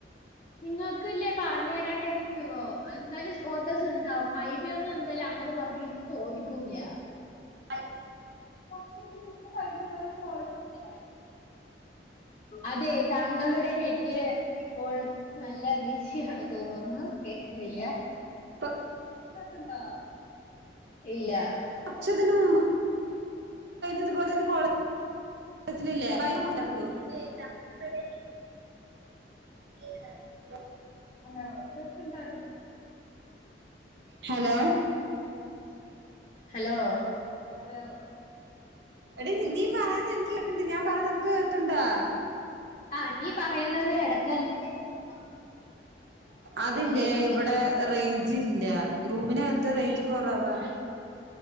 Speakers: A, on the left; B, on the right.
A: നിങ്ങക്ക്ല്ല്യേ പറഞ്ഞരാണ്ടെരിക്ക്യോ? അന്തായാലും സ്പോർട്ടസ്ണ്ടാവും. വൈവി ഒന്നു ന്താലും അമ്പത് മാർക്കി <unintelligible> ചോദിക്കൂല്ല്യ.
B: ആയി.
A: <unintelligible> അതേ താങ്കളുടെ നെറ്റ് ഇപ്പോൾ നല്ല ബിസിയാണ് തോന്നുന്ന് കേക്ക്ന്നില്ല്യ.
B: പ്പ
A: പ്പ കേക്ക്ണ്ടോ? ഇല്ലാ.
B: പക്ഷതിന് മുമ്പ് ഇത്പോലെ ഒരു കോളേജിലില്ലേ <unintelligible> <unintelligible>
A: ഹലോ, കേക്ക്ണ്ടാട് <unintelligible>
B: ഹലോ?
A: Hello, hello?
B: എടീ നി നീ പറയ്ന്നെനിയ്ക്ക് കേക്ക്ണ്ട്. ഞാൻ പറയണ നിക്ക് കേക്ക്ണ്ടാ?
A: ആഹ്, നീ പറയുന്നത് എടക്കല്ലേ കേ <unintelligible>
B: അതില്ലേ
A: റേഞ്ചില്
B: ഇവടെ റെയ്ഞ്ച്ല്ല്യ റൂമിനകത്ത് റേഞ്ച് കൊറവാ.